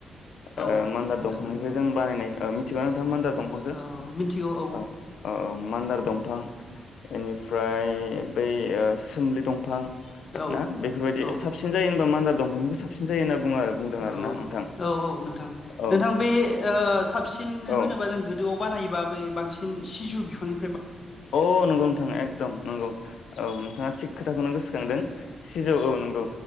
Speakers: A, on the left; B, on the left.
A: ओ
B: औ
A: मान्दार
B: मोना
A: दंफांनिफ्राय
B: दंफां
A: जों बानायनाय ओ मिथिगौ ना नोंथां मान्दार दंफांखो?
B: औ मिथिगौ औ
A: ओ औ औ। मान्दार दंफां इनिफ्राय बै ओ सोमलि दंफां
B: औ
A: ना
B: औ
A: बेफोरबायदि
B: औ
A: साबसिन जायो होमबा मान्दा दंफांनिखौ साबसिन जायो होनना बु बुङो आरो बुंदों
B: औ
A: आरोना नोंथां।
B: औ नोंथां,
A: औ
B: नोंथां बे ओ साबसि सिन
A: औ
B: होनोबा जों गो जौ आव बानायोबा बै बांसिन सिजौ बिफांनि
A: अ' नोंगौ नोंथां एकदम नोंगौ औ नोंथाङा थिक खोथाखौनो गोसो खांदों सिजौ औ नोंगौ।